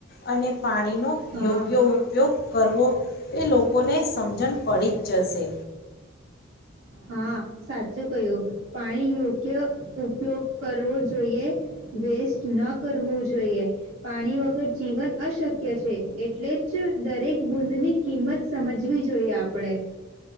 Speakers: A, on the left (about 45°); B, on the right (about 65°).
A: અને. પાણીનો
B: હા
A: યોગ્ય ઉપયોગ કરવો એ લોકો લોકોને સમજણ પડી જ જશે.
B: હા સાચું કહ્યું પાણી યોગ્ય ઉપયોગ કરવો જોઈએ વેસ્ટ ન કરવું જોઈએ પાણી વગર જીવન અશક્ય છે એટલે જ દરેક બૂદની કિંમત સમજવી જોઈએ આપણેે.